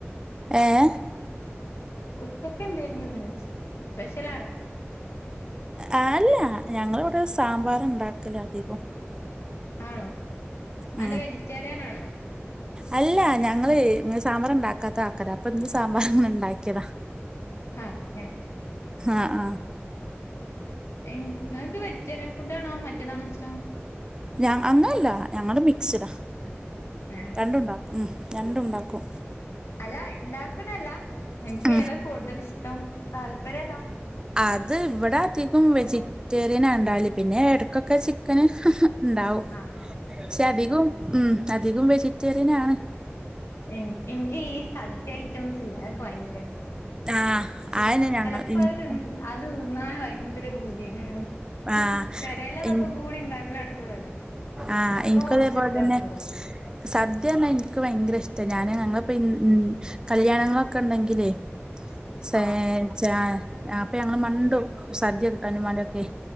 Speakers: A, on the right (about 20°); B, on the left (about 80°).
A: ഏഹ്‌.
B: ഉച്ചക്ക് എന്തേര്ന്നു ന്ന് സ്പെഷ്യൽ ആണോ?
A: ആ അല്ല ഞങ്ങള് വടെ സാമ്പാർ ണ്ടാക്കല അധികും.
B: ആണോ
A: ഉം
B: അന്താ വെജിറ്റേറിയൻ ആണോ?
A: അല്ല ഞങ്ങള് സാമ്പാർ ണ്ടാക്കാത്ത ആൾക്കാര അപ്പൊ ന്ന് സാമ്പാർ അങ്ങനെ ണ്ടാക്കിയതാ.
B: ആഹ്‌ അങ്ങനെ.
A: ആഹ് ആഹ്
B: ങ്ങക്ക് വെജിറ്റേറിയൻ ഫുഡ് ആണോ മറ്റേതാണോ ഇഷ്ടം.
A: ഞ അങ്ങനല്ല ഞങ്ങള് മിക്സ് ഡാ.
B: ഏ
A: രണ്ടു ണ്ടാക്കും ഉം രണ്ടു ണ്ടാക്കും.
B: അല്ല ണ്ടാക്കണല്ല ങ്ങക്ക്
A: ഉം
B: ഏതാ കൂടുതൽ ഇഷ്ടം താല്പര്യം ഏതാ?
A: അത് ഇവിടെ അധികും വെജിറ്റേറിയനാ ഇണ്ടാല് പിന്നെ എട്ക്കൊക്കെ ചിക്കന് ഇണ്ടാവും
B: ആഹ്
A: പക്ഷെ
B: അങ്ങനെ
A: അധികും ഉം അധികും വെജിറ്റേറിയനാണ്
B: എഹ് ഇന്ക് ഈ സദ്യ ഐറ്റംസ്ല്ലേ അഒക്കെ ഭയങ്കര ഇഷ്
A: ആഹ്
B: ജെ
A: അതെന്നെ ഞങ്ങൾ
B: ചെലപ്പോ
A: ഇൻക്കും
B: അഅ് അത് തിന്നാൻ ഭയങ്കര ഒരു പൂതിയ്കാരം
A: ആഹ്
B: പെരേലതക്കകൂടി
A: ഇൻ
B: ഇണ്ടാക്കല് നടക്കൂലല്ലോ
A: ആഹ്
B: അപ്പൊ
A: ഇനകു
B: ഹോട്ടല്ത്തെ
A: അതേപോലെ തന്നെ
B: തിന്നോ
A: സദ്യന്നാ ഇൻക്ക് ഭയങ്കര ഇഷ്ട ഞാന ഞങ്ങളിപ്പോൻ ൻ കല്യാണങ്ങളൊക്കെണ്ടെങ്കിലെ സേ
B: ആഹ്
A: ച്ചാ അപ്പ ഞങ്ങള് മണ്ടും സദ്യ ഇപ്പാന്റിംഇമ്മാന്റൊക്കെ